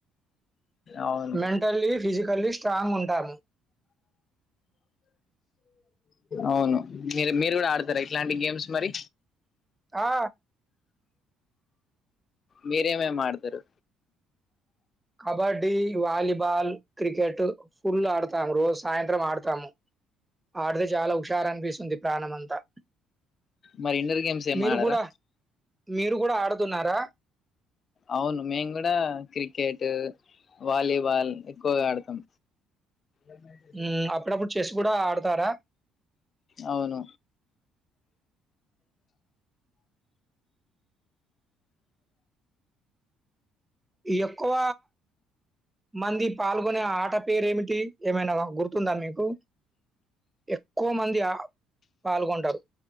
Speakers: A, on the left; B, on the right.
A: అవును
B: మెంటల్లీ ఫిజికల్లీ స్ట్రాంగ్ ఉంటాము
A: అవును మీరు మీరు కూడా ఆడతారా ఇట్లాంటి గేమ్స్ మరి
B: ఆ
A: మీరేమేమి ఆడతారు
B: కబడ్డీ వాలిబాల్ క్రికెట్ ఫుల్ ఆడతాము రోజు సాయంత్రం ఆడతాము ఆడితే చాలా హుషారు అనిపిస్తుంది ప్రాణం అంతా
A: మరి ఇండోర్ గేమ్స్ ఏం
B: మీరు
A: ఆడరా
B: కూడా మీరు కూడా ఆడుతున్నారా
A: అవును మేము కూడా క్రికెట్ వాలీబాల్ ఎక్కువగా ఆడతాం ఎ మ చేజ
B: హ్మ్. అప్పుడప్పుడు చెస్ కూడా ఆడతారా
A: అవును
B: ఎక్కువ మంది పాల్గొనే ఆట పేరేమిటి ఏమైనా గుర్తుందా మీకు ఎక్కువ మంది పాల్గొంటారు